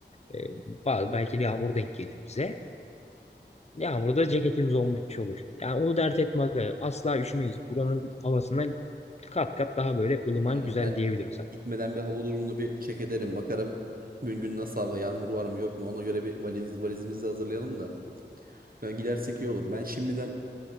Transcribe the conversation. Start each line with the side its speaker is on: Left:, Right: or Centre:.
Left: E, ba- belki de yağmur denk gelir bize. Yağmurda ceketimiz olmuş olur. Yani onu dert etme aga. Asla üşümeyiz. Buranın havasından kat kat daha böyle ılıman
Right: Aynen.
Left: güzel
Right: Ben
Left: diyebilirim sana.
Right: gitmeden bir hava durumunu bir check ederim. Bakarım gün gün nasıl hava, yağmur var mı yok mu? Ona göre bir valiz, valizimizi hazırlayalım da. Yani gidersek iyi olur. Ben şimdiden